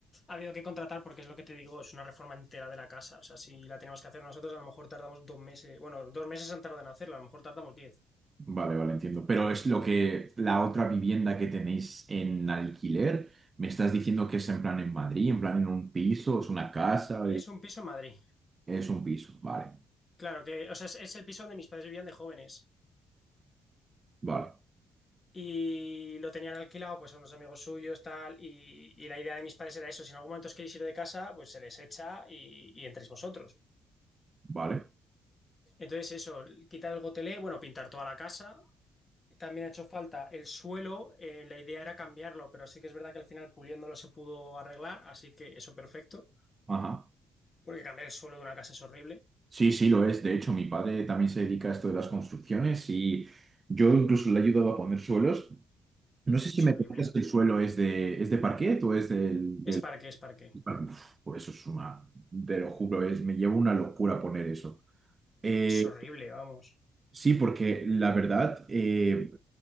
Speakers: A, on the left; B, on the right.
A: habido que contratar porque es lo que te digo, es una reforma entera de la casa. O sea, si la tenemos que hacer nosotros, a lo mejor tardamos dos meses. Bueno, dos meses han tardado en hacerla, a lo mejor tardamos diez.
B: Vale, vale, entiendo. Pero es lo que la otra vivienda que tenéis en alquiler, me estás diciendo que es en plan en Madrid, en plan en un piso, es una casa,
A: Es un piso en Madrid.
B: es un piso. Vale,
A: Claro que, o sea, es, es el piso donde mis padres vivían de jóvenes.
B: vale,
A: y lo tenían alquilado pues a unos amigos suyos, tal, y, y la idea de mis padres era eso, si en algún momento os queréis ir de casa, pues se les echa y, y entréis vosotros.
B: vale.
A: Entonces eso, quitar el gotelé, bueno, pintar toda la casa, también ha hecho falta el suelo, eh, la idea era cambiarlo, pero sí que es verdad que al final puliéndolo se pudo arreglar, así que eso perfecto,
B: Ajá.
A: porque cambiar el suelo de una casa es horrible,
B: Sí, sí, lo es. De hecho, mi padre también se dedica a esto de las construcciones y yo incluso le he ayudado a poner suelos. No sé si
A: es
B: me
A: horrible,
B: comentas que el suelo es de, es de parquet o es del...
A: es
B: del-
A: parque, es parque,
B: Uf, pues eso es una... Te lo juro, es, me lleva una locura poner eso. Eh,
A: es horrible, vamos,
B: sí, porque la verdad, eh,